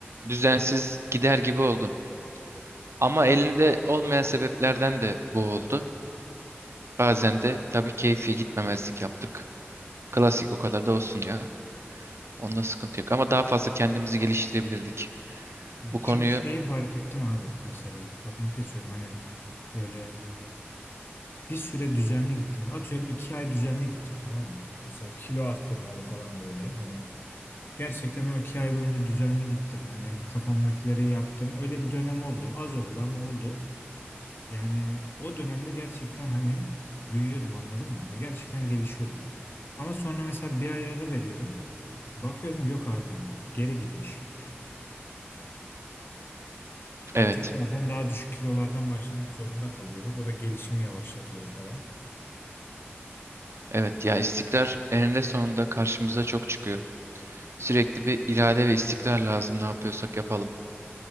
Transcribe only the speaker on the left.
Evet,
Çünkü şeyi fark ettim abi mesela lafını kesiyorum hani böyle bir süre düzenli gittim. Atıyorum iki ay düzenli gittim tamam mı? Mesela kilo arttırmalı falan böyle hani gerçekten o iki ay boyunca düzenli gittim. Hani kafamdakileri yaptım öyle bir dönem oldu az oldu ama oldu. Yani o dönemde gerçekten hani büyüyordum anladın mı? Hani gerçekten gelişiyordum. Ama sonra mesela bir ay ara veriyordum. Bakıyorum yok abi hani geri gitmiş.
Ve tekrardan daha düşük kilolardan başlamak zorunda kalıyorduk. O da gelişimi yavaşlatıyordu falan.